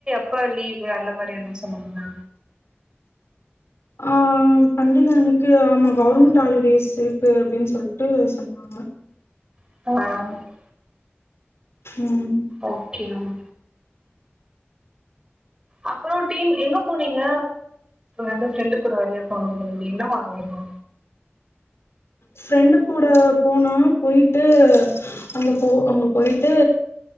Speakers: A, on the right; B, on the left.
A: இப்ப லீவு அந்த மாரி எதுவு சொன்னாங்ளா
B: ஆ பண்டிக அன்னுக்கு ஆமா கவர்மெண்ட் ஹாலிடேஸ் இருக்கு அப்டின்னு சொல்ட்டு சொன்னாங்க
A: <unintelligible>
B: ம்
A: ஓகே ம் அப்பறோ டீம் எங்க போனீங்க எதோ ஃப்ரெண்டு கூட வெளியே போனுனீங்களே என்ன வாங்குனிங்க
B: ஃப்ரெண்டு கூட போனோ போயிட்டு அங்க போ அங்க போயிட்டு